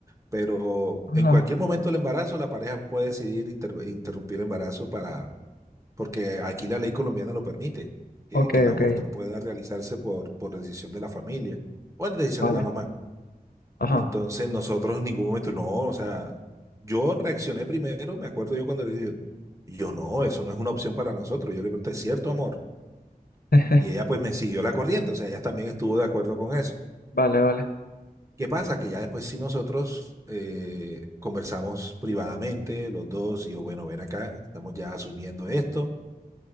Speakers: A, on the right; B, on the left.
A: pero
B: Ajá.
A: en cualquier momento del embarazo la pareja puede decidir interve- interrumpir el embarazo para porque aquí la ley colombiana lo permite, que,
B: Ok,
A: que el aborto
B: ok.
A: pueda realizarse por, por decisión de la familia o la decisión
B: Vale.
A: de la mamá.
B: Ajá.
A: Entonces nosotros en ningún momento, no, o sea, yo reaccioné primero, me acuerdo yo cuando le dije, yo no, eso no es una opción para nosotros, yo le pregunté, ¿cierto amor?
B: <laughs>
A: Y ella pues me siguió la corriente, o sea, ella también estuvo de acuerdo con eso.
B: Vale, vale.
A: ¿Qué pasa? Que ya después si nosotros eh, conversamos privadamente los dos y yo, bueno, ven acá, estamos ya asumiendo esto